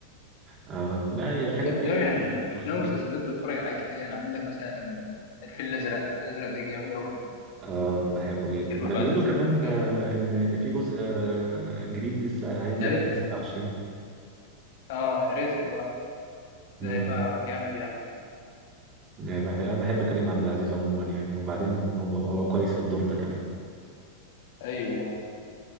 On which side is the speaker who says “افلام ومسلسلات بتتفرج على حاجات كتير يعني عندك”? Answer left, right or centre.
Left